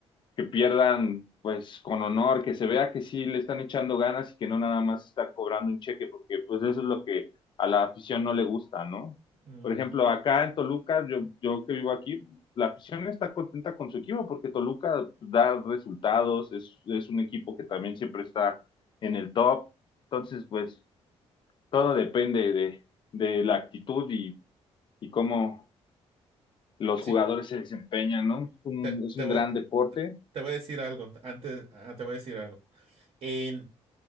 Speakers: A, on the left; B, on the right.
A: que pierdan pues con honor, que se vea que sí le están echando ganas y que no nada más estar cobrando un cheque, porque pues eso es lo que a la afición no le gusta, ¿no?
B: Mm,
A: Por ejemplo, acá en Toluca, yo, yo que vivo aquí, la afición está contenta con su equipo porque Toluca da resultados, es, es un equipo que también siempre está en el top, entonces pues todo depende de, de la actitud y, y cómo los
B: sí.
A: jugadores se desempeñan, ¿no? Es un,
B: Te,
A: es
B: te
A: un
B: voy,
A: gran deporte.
B: te voy a decir algo. Antes, ah, te voy a decir algo. En